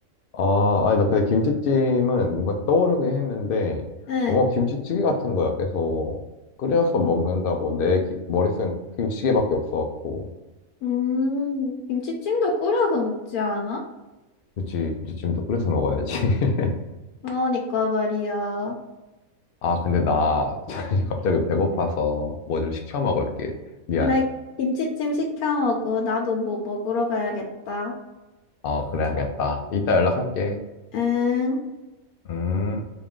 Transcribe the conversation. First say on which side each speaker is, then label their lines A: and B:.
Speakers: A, on the left (about 70°); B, on the left (about 80°).
A: 아, 아니, 나 근데 김치찜은 뭔가 떠오르긴 했는데,
B: 응.
A: 어머, 김치찌개 같은 거야. 계속 끓여서 먹는다고 내 기- 머릿속엔 김치찌개밖에 없어갖고.
B: 음, 김치찜도 끓여서 먹지 않아?
A: 그치, 김치찜도 끓여서 먹어야지. <laughs>
B: 그러니까 말이야.
A: 아, 근데 나 <laughs> 갑자기 배고파서 뭐 좀 시켜 먹을게. 미안.
B: 그래, 김치찜 시켜 먹어. 나도 뭐 먹으러 가야겠다.
A: 어, 그래야겠다. 이따 연락할게.
B: 응.
A: 음.